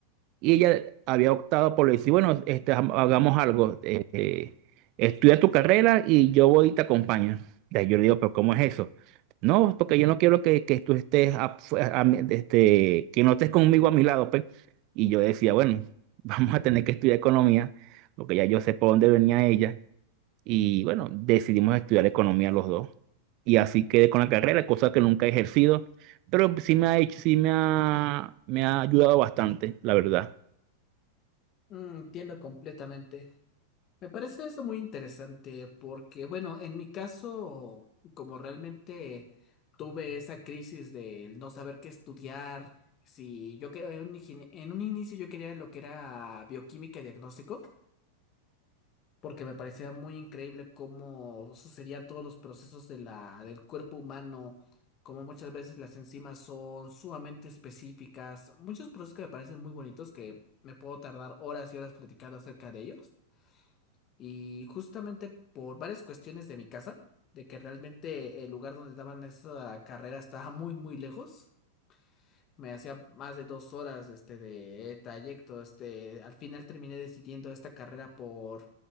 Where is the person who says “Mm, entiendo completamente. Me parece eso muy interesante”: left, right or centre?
Left